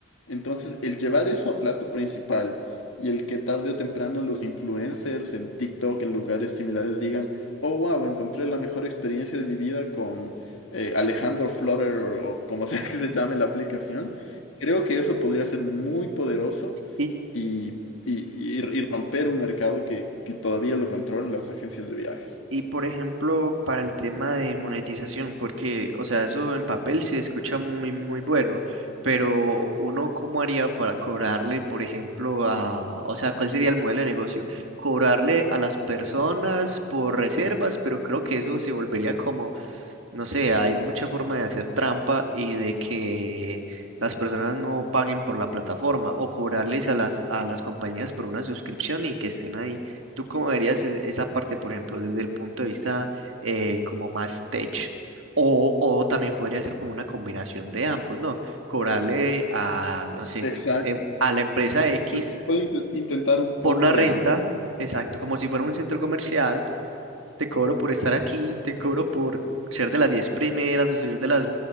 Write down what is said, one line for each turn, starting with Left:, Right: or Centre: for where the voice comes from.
Left: Entonces, el llevar eso a plato principal y el que tarde o temprano los influencers en TikTok, en lugares similares, digan, oh, wow, encontré la mejor experiencia de mi vida con eh, Alejandro Florer o o como <laughs> sea que se llame la aplicación. Creo que eso podría ser muy poderoso
Right: <laughs> y,
Left: y, y- y- y romper un mercado que, que todavía lo controlan las agencias de viajes.
Right: Y por ejemplo, para el tema de monetización, porque, o sea, eso en papel se escucha muy, muy bueno, pero uno, ¿cómo haría para cobrarle, por ejemplo, a, o sea, cuál sería el modelo de negocio? Cobrarle a las personas por reservas, pero creo que eso se volvería como no sé, hay mucha forma de hacer trampa y de que las personas no paguen por la plataforma o cobrarles a las, a las compañías por una suscripción y que estén ahí. ¿Tú cómo verías es- esa parte, por ejemplo, desde el punto de vista eh, como más tech? O, o también podría ser como una combinación de ambos, ¿no? Cobrarle a, no sé,
Left: Exacto.
Right: em- a la empresa X
Left: Se, se puede int- intentar un poco
Right: por una renta,
Left: de ambas.
Right: exacto, como si fuera un centro comercial te cobro por estar aquí, te cobro por ser de las 10 primeras o ser de las